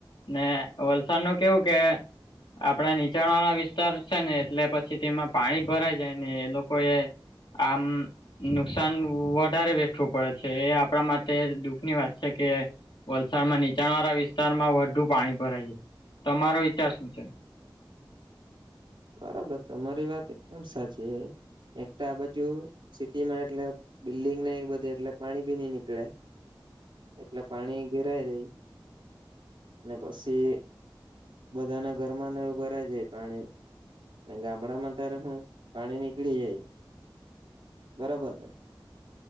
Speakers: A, on the left (about 70°); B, on the right (about 65°).
A: ને વરસાદ નું કેવું કે આપણા નીચાણ વાળા વિસ્તાર છેને, એટલે પછી તેમાં પાણી ભરાય જાય, ને એ લોકો એ આમ નુકસાન વધારે વેઠવું પડે છે, એ આપણા માટે દુઃખની વાત છે કે વરસાદ માં નીચાણ વાળા વિસ્તારમાં વધુ પાણી ભરાય છે, તમારો વિચાર શું છે?
B: બરાબર તમારી વાત એકદમ સાચી એક તો આ બાજુ સિટી માં એટલે બિલ્ડીિંગ ના એ બધે એટલે પાણી ભી નઈ નીકળે એટલે પાણી ભરાઈ રહે ને પછી બધાને ઘરમાં ને એવું ભરાય જાય પાણી ગામડા માં ત્યારે હું પાણી નીકળી જઈ બરાબર ને